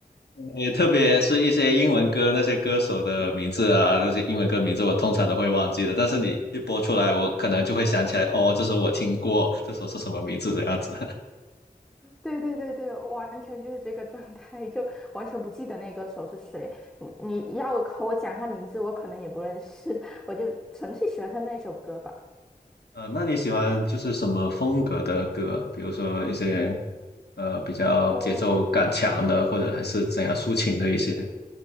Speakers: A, on the left; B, in the centre.
A: <laughs> 也特别是一些英文歌，那些歌手的名字啊，那些英文歌名字我通常都会忘记的。但是你一播出来，我可能就会想起来，哦，这首我听过，这首是什么名字这样子。
B: 对对对对，完全就是这个状态，就完全不记得那个手是谁。你你要和我讲他名字，我可能也不认识，<laughs> 我就纯粹喜欢他那首歌吧。
A: 呃，那你喜欢就是什么风格的歌？比如说一些呃比较节奏感强的，
B: 哦，
A: 或者还是怎样抒情的一些，